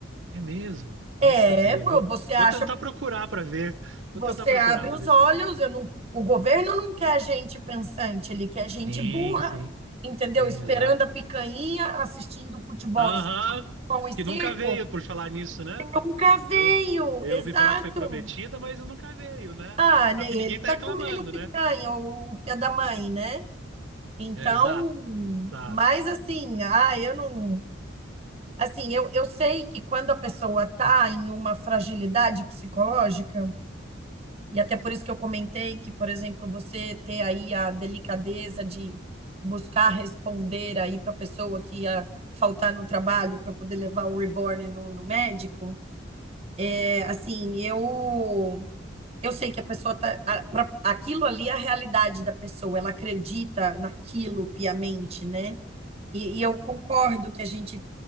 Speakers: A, on the right (about 75°); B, on the right (about 30°).
A: É mesmo? Não
B: É,
A: sabia.
B: pô,
A: Eu vou,
B: você acha,
A: vou tentar procurar pra ver.
B: você
A: Vou tentar procurar
B: abre
A: pra
B: os
A: ver
B: olhos,
A: se eu consigo.
B: eu não, o governo não quer gente pensante, ele quer gente
A: Sim,
B: burra,
A: sim,
B: entendeu?
A: sim,
B: Esperando
A: exato.
B: a picanha, assistindo futebolzinho,
A: Aham,
B: pão e circo.
A: que nunca veio por falar nisso, né?
B: Nunca veio,
A: Eu, eu
B: exato.
A: ouvi falar que foi prometida, mas nunca veio, né?
B: Ah, né?
A: Só que
B: Ele
A: ninguém tá
B: tá
A: reclamando,
B: comendo picanha,
A: né?
B: o filho da mãe, né? Então,
A: É, exato. Exato.
B: mas assim, ah, eu não. Assim, eu, eu sei que quando a pessoa tá em uma fragilidade psicológica, e até por isso que eu comentei que, por exemplo, você ter aí a delicadeza de buscar responder aí para a pessoa que ia faltar no trabalho para poder levar o reborn no no médico. É, Assim, eu eu sei que a pessoa tá a- pra- aquilo ali é a realidade da pessoa, ela acredita naquilo piamente, né? E, e eu concordo que a gente